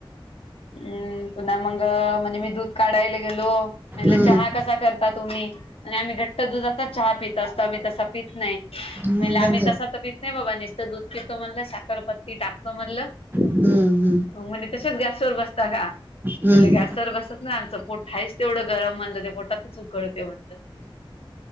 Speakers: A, on the left (about 85°); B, on the right (about 20°).
A: हम्म पुन्हा मंग म्हणजे मी दूध काढायला गेलो म्हणलं
B: हम्म
A: चहा कसा कर ता तुम्ही आणि आम्ही घट्ट दुधाचा चहा पीत असतो आम्ही तसा पीत नाही.
B: हम्म
A: म्हणलं
B: त्यांचे
A: आम्ही तसा तर पित नाही बाबा निसतं दूध पितो म्हणलं साखरपत्ती टाकतो म्हणलं.
B: हम्म हम्म.
A: मग म्हणजे तशेच गॅसवर बसता का म्हणले
B: हम्म
A: गॅसवर बसत नाय आमचं पोट आहेच तेवढं गरम म्हणलं ते पोटातच उकळते म्हणलं.